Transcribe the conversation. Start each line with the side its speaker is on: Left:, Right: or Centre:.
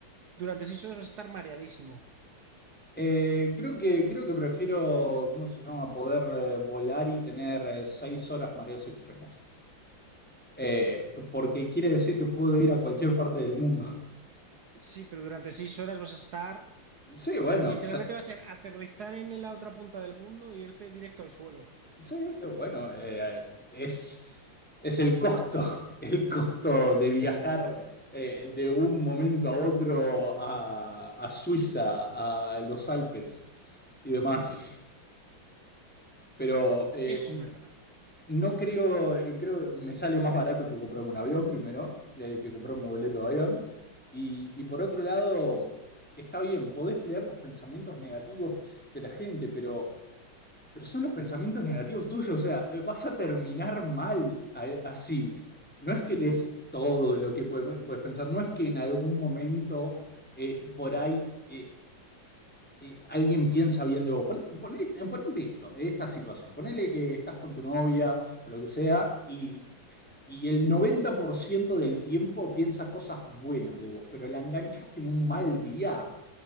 Right: durante seis horas vas a estar mareadísimo.
Centre: Eh, creo que, creo que prefiero, ¿cómo se llama? Poder eh, volar y tener eh, seis horas mareos extremos. Eh, porque quiere decir que puedo ir a cualquier parte del mundo.
Right: Sí, pero durante seis horas vas a estar...
Centre: <laughs> Sí, bueno,
Right: Literalmente va a ser aterrizar en la otra punta del mundo e irte directo al suelo.
Centre: Sí, eh, bueno, eh, es, es el costo, <laughs> el costo de viajar eh, de un momento a otro a, a Suiza, a los Alpes y demás. Pero eh,
Right: Eso
Centre: n-
Right: es verdad.
Centre: no creo, eh, creo, me sale más barato que comprarme un avión primero, eh, que comprarme un boleto de avión. Y, y por otro lado, está bien, podés leer los pensamientos negativos de la gente, pero... Pero son los pensamientos negativos tuyos, o sea, eh, vas a terminar mal a- así. No es que lees todo lo que pue- puedes pensar, no es que en algún momento eh, por ahí eh, eh, alguien piensa bien de vos. Poné- poné- eh, ponete esto, esta situación, ponele que estás con tu novia o lo que sea y, y el 90% del tiempo piensa cosas buenas de vos, pero la enganchaste en un mal día.